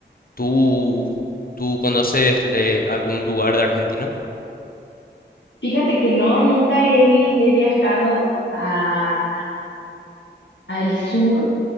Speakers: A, on the left; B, on the left.
A: ¿tú, tú conoces le- algún lugar de Argentina?
B: Fíjate que no, nunca he, he viajado a- al sur